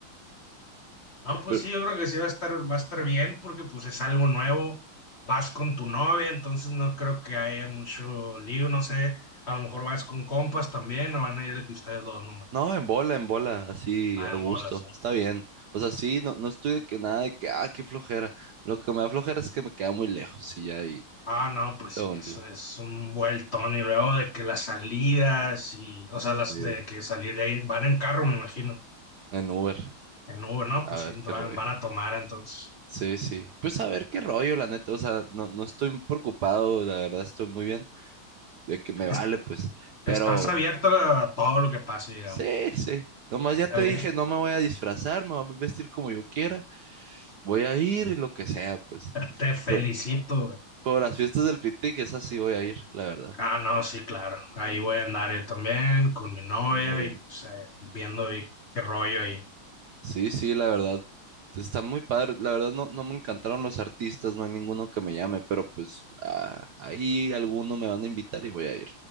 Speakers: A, on the left; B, on the right.
A: No, pues
B: pero
A: sí, yo creo que sí va a estar, va a estar bien porque pues es algo nuevo. Vas con tu novia, entonces no creo que haya mucho lío, no sé. A lo mejor vas con compas también o van a ir de que ustedes dos nomás.
B: no, en bola, en bola, así,
A: Ah,
B: a gusto,
A: en bolas, sí.
B: está bien, o sea, sí, no, no estoy de que nada, de que, ah, qué flojera, lo que me da flojera es que me queda muy lejos y ya ahí,
A: Ah, no, pues
B: lo
A: sí,
B: último,
A: eso es un vueltón y luego de que las salidas y, o
B: sí,
A: sea, las de que salir de ahí van en carro, me imagino.
B: en Uber,
A: En Uber, no,
B: a
A: pues
B: ver
A: sí,
B: qué
A: van,
B: rollo.
A: van a tomar entonces.
B: Sí, sí. Pues a ver qué rollo, la neta. O sea, no, no estoy preocupado, la verdad estoy muy bien. De que me
A: Es-
B: vale, pues.
A: Estás
B: Pero
A: abierto a todo lo que pase, digamos.
B: sí, sí. Nomás ya
A: Está
B: te
A: bien.
B: dije, no me voy a disfrazar, me voy a vestir como yo quiera. Voy a ir y lo que sea, pues.
A: Te felicito,
B: Por,
A: güey.
B: por las fiestas del Piti, que esas sí voy a ir, la verdad.
A: Ah, no, sí, claro. Ahí voy a andar yo también con mi novia
B: Algo bien.
A: y pues eh, viendo ahí qué rollo ahí.
B: Sí, sí, la verdad. Está muy padre. La verdad no, no me encantaron los artistas, no hay ninguno que me llame, pero pues ah, ahí alguno me van a invitar y voy a ir.